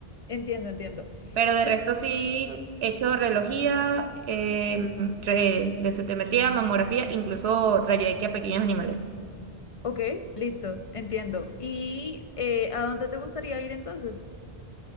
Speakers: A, on the left (about 60°); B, on the right (about 80°).
A: entiendo, entiendo.
B: Pero de
A: Y
B: resto sí he hecho radiología, eh, re- densitometría, mamografía, incluso rayo X a pequeños animales.
A: Ok, listo, entiendo. ¿Y eh, a dónde te gustaría ir entonces?